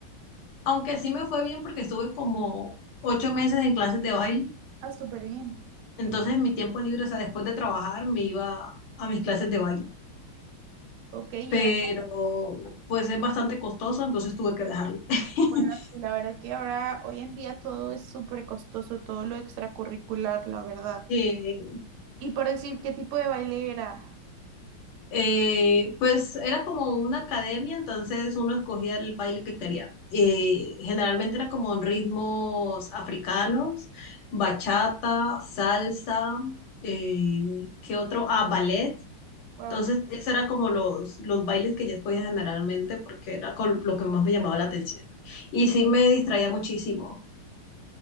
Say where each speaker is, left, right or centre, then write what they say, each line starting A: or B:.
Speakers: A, on the left; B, on the right.
A: Aunque sí me fue bien porque estuve como ocho meses en clases de baile.
B: Ah, súper bien.
A: Entonces en mi tiempo libre, o sea, después de trabajar me iba a mis clases de baile.
B: Ok, y
A: Pero
B: era como-
A: pues es bastante costoso, entonces tuve que dejarlo. <laughs>
B: bueno, sí, la verdad que ahora, hoy en día todo es súper costoso, todo lo extracurricular, la verdad.
A: Eh,
B: Y por decir qué tipo de baile era.
A: Eh, pues era como una academia, entonces uno escogía el baile que quería. Eh, generalmente era como en ritmos africanos, bachata, salsa, eh, ¿qué otro? Ah, ballet.
B: Wow.
A: Entonces, esos eran como los, los bailes que yo escogía generalmente porque era con lo que más me llamaba la atención. Y sí me distraía muchísimo.